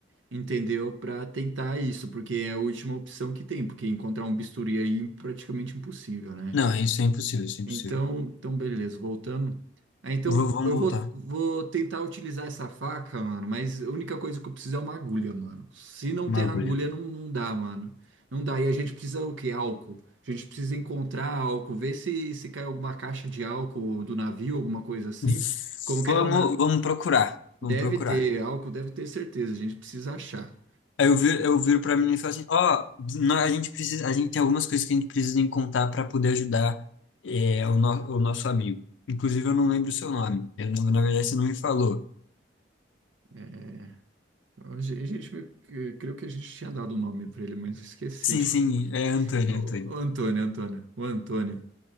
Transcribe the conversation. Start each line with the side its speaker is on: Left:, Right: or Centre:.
Right: entendeu? Para tentar isso, porque é a última opção que tem, porque encontrar um bisturi aí é praticamente impossível, né?
Left: Não, isso é impossível, isso é impossível.
Right: Então, então beleza, voltando. Ah, então
Left: V- vamos
Right: eu vou,
Left: voltar.
Right: vou tentar utilizar essa faca, mano, mas a única coisa que eu preciso é uma agulha, mano. Se não
Left: Uma
Right: tem
Left: agulha.
Right: agulha, não, não dá, mano. Não dá. E a gente precisa o quê? Álcool. A gente precisa encontrar álcool, ver se, se cai alguma caixa de álcool do navio, alguma coisa assim.
Left: V-
Right: Como que
Left: Vamos,
Right: era o na...
Left: vamos procurar,
Right: Deve
Left: vamos procurar.
Right: ter álcool, deve ter certeza. A gente precisa achar.
Left: Aí eu viro, eu viro pra menina e falo assim, ó, nó- a gente precisa, a gente tem algumas coisas que a gente precisa encontrar para poder ajudar é, o, no- o nosso amigo. Inclusive, eu não lembro o seu nome. Eu não- na verdade, você não me falou.
Right: É, a gen- a gente, meio que- creio que a gente tinha dado o nome pra ele, mas eu esqueci.
Left: Sim,
Right: <laughs>
Left: sim, é Antônio,
Right: O
Left: Antônio.
Right: o Antônio, Antônio, o Antônio.